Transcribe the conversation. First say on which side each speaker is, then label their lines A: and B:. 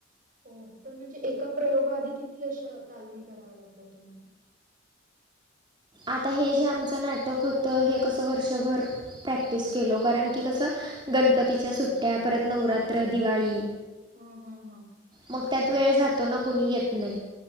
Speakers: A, on the right; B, on the right.
A: हो. पण म्हणजे एका प्रयोगा आधी किती अशा तालमी कराव्या लागतात तुम्हाला?
B: आता हे जे आमचं नाटक होतं हे कसं वर्षभर प्रॅक्टिस केलो. कारण की कसं गणपतीच्या सुट्ट्या परत नवरात्र, दिवाळी.
A: हां, हां, हां.
B: मग त्यात
A: अच्छा.
B: वेळ जातो ना. कुणी येत नाही.